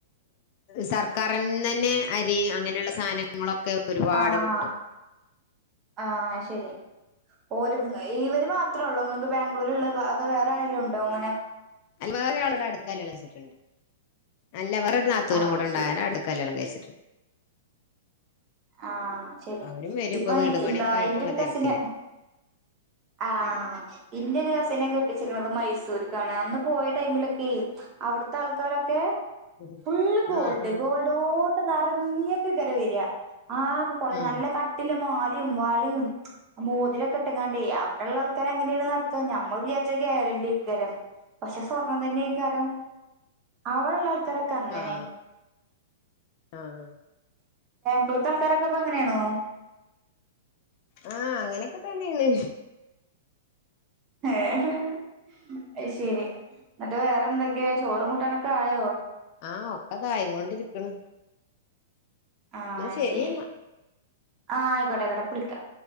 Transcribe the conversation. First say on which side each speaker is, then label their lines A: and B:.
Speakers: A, on the left; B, on the right.
A: സർക്കാർ ന്ന്ന്നെ അരി അങ്ങനെയുള്ള സാധനങ്ങളൊക്കെ ഒരുപാട്
B: ആഹ്
A: കിട്ടും
B: ആഹ് ശരി ഓര് ഇവര് മാത്രേ ഉള്ളൂ നിങ്ങൾക്ക് ബാംഗ്ലൂര്ള്ളത് അതോ വേറെ ആരെങ്കിലും ഉണ്ടോ ഇങ്ങനെ
A: അല്ല വേറെ ആളുടെ അടുത്തണ് കല്യാണം കഴിച്ചിട്ടുണ്ട് അല്ല വേറൊരു നാത്തുനും
B: ആഹ്
A: കൂടെ ഉണ്ട്
B: ശരി
A: അടു കല്യാണം കഴിച്ചിട്ടുണ്ട്
B: ആഹ് ശരി
A: അവരും വരും
B: ഇപ്പ
A: ഇപ്പൊ വീട്
B: എന്താ
A: പണിയൊക്കെ ആയിട്ടുള്ള
B: എന്റെ ഒരു കസിന്
A: തിരക്കിലാ
B: ആഹ് ഇന്റെ ഒരു കസിനെ കെട്ടിച്ചിരിക്ക്ണത് മൈസൂർക്കാണ് അന്ന് പോയ ടൈമിലൊക്കെയ് അവിടുത്തെ ആൾക്കാരൊക്കെ
A: ആഹ്
B: ഫുള് ഗോൾഡ്
A: ആഹ്
B: ഗോൾഡ് ഗോൾഡൊണ്ട് നറഞ്ഞ് ങ്ങനെ വെര ആഹ് കൊറ
A: ആഹ്
B: നല്ല കട്ടില്ലേ മാലിം വാളേം മോതിരൊക്കെ ഇട്ട്ങ്ങാണ്ടേയ് അവിടെ ഉള്ള ആൾക്കാര് അങ്ങനെയാണ് നടക്കാ ഞമ്മൾ വിചാരിച്ച കേരണ്ടിക്കാരം പക്ഷെ സ്വർണം തന്നെക്കാരം അവളളേ ഇക്കരൊക്കെ അങ്ങനെ
A: ആഹ് ആഹ്
B: ഇവടത്തേ ആൾക്കാരൊക്കെപ്പൊ അങ്ങനാണോ
A: ആഹ് അങ്ങനെയൊക്കെ തന്നെയാണ്
B: ഏഹ് ഹെ അയ്ശരി എന്നിട്ട് വേറെന്തൊക്കെയ ചോറും കൂട്ടാനൊക്കെ ആയോ
A: ആ ഒക്കെതായി കൊണ്ടിരിക്ക്ണ്
B: ആഹ്
A: ശരി
B: ശെരി
A: എന്നാ
B: ആ ആയിക്കോട്ടെ ആയിക്കോട്ടെ ഇപ്പൊ വിളിക്കാം